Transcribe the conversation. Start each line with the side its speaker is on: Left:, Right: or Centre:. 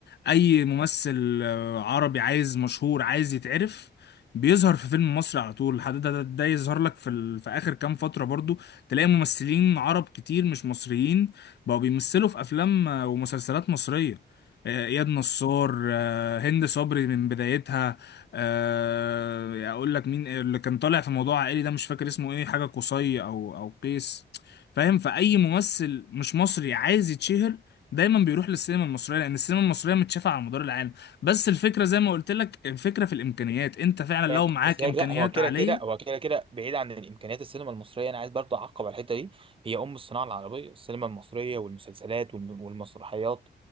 Left: اي ممثل آه، عربي عايز مشهور عايز يتعرف بيظهر في فيلم مصري على طول لحد ده, ده, ده يظهر لك في, ال... في اخر كام فترة برضو تلاقي ممثلين عرب كتير مش مصريين بقوا بيمثلوا في افلام آه، ومسلسلات مصريه آه، اياد نصار آه، هند صبري من بدايتها آه، اقول لك مين اللي كان طالع في موضوع عائلي ده مش فاكر اسمه ايه حاجه قصي او او قيس فاهم فاي ممثل مش مصري عايز يتشهر دايما بيروح للسينما المصريه لان السينما المصريه متشافه على مدار العالم بس الفكره زي ما قلت لك الفكره في الامكانيات انت فعلا
Right: هيك-
Left: لو معاك
Right: بس هيك
Left: امكانيات
Right: لا هو كده
Left: عاليه
Right: كده هو كده كده بعيد عن الامكانيات السينما المصريه انا عايز برضه اعقب على الحته دي هي ام الصناعه العربيه السينما المصريه والمسلسلات والم- والمسرحيات